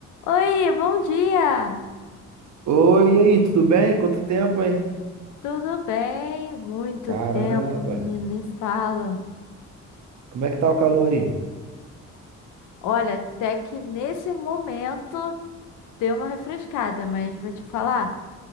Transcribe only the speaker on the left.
Oi, bom dia!
Tudo bem? Muito
tempo, menino, nem fala.
Olha, até que nesse momento deu uma refrescada, mas vou te falar,